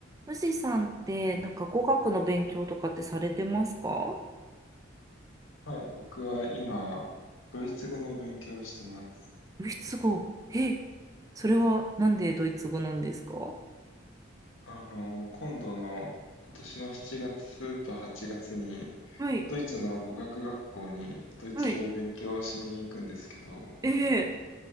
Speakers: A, on the right; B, on the left.
A: 富士山ってなんか語学の勉強とかってされてますか
B: はい、僕は今、ドイツ語の勉強をしてます。
A: ドイツ語。え、それはなんでドイツ語なんですか
B: あの、今度の、今年の7月と8月に、
A: はい、
B: ドイツの語学学校にドイツ語を勉強しに行くんですけど、
A: はい、ええ